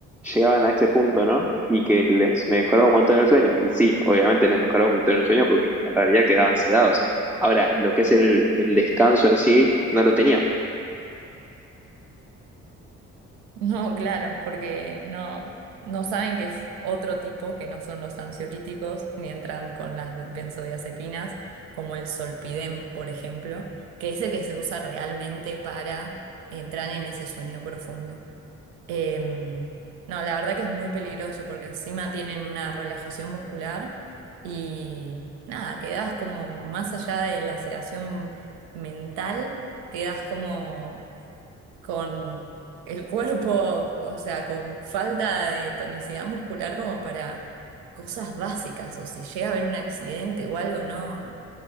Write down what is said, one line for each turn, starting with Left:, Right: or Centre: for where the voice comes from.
Centre: llegaban a ese punto, ¿no? Y que les mejoraba un montón el sueño. Y sí, obviamente les mejoraba un montón el sueño porque en realidad quedaban sedados. Ahora, lo que es el, el descanso en sí, no lo tenían.
Right: No, claro, porque no, no saben que es otro tipo que no son los ansiolíticos, ni entran con las benzodiazepinas, como el solpidem, por ejemplo, que es el que se usa realmente para entrar en ese sueño profundo. Em, no, la verdad que es muy peligroso porque encima tienen una relajación muscular y nada, quedas como más allá de la sedación mental, quedas como con el <laughs> cuerpo, o sea, con falta de tonicidad muscular como para cosas básicas o si llega a haber un accidente o algo, ¿no?